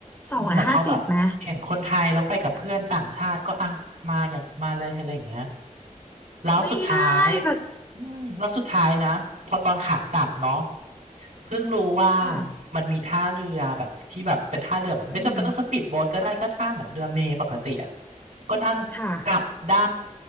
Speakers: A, on the left; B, on the right.
A: สองร้อยห้าสิบไหม
B: แบบเขาอแบบมเห็นคนไทยแล้วไปกับเพื่อนต่างชาติก็อ่ะมาอย่างมาเลยอะไรอย่างเงี้ยแล้วสุดท้าย
A: ไม่ได้หรอก
B: อืมแล้วสุดท้ายนะพอตอนขากลับเนาะเพิ่งรู้ว่า
A: ค่ะ
B: มันมีท่าเรือแบบที่แบบเป็นท่าเรือแบบไม่จำเป็นต้องสปีดโบ๊ทก็ได้ก็ท่าเหมือนเรือเมล์ปกติอะ
A: อืม
B: ก็นั่งกลับได้
A: ค่ะ